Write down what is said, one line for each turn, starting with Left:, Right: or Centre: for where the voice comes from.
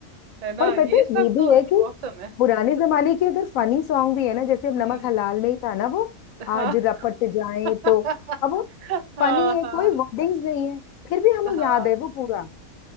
Right: है ना
Left: और
Right: ये
Left: पता है
Right: सब
Left: ये भी
Right: तो
Left: है कि
Right: औसम है
Left: पुराने जमाने के अगर फनी सॉन्ग भी है ना जैसे अब नमक
Right: हम्म
Left: हलाल में ही था ना वो
Right: हाँ
Left: आज रपट जाए
Right: <laughs>
Left: तो अब वो
Right: हाँ
Left: फनी है
Right: हाँ
Left: कोई वर्डिंग्स नहीं है फिर भी हमें
Right: हाँ
Left: याद है वो पूरा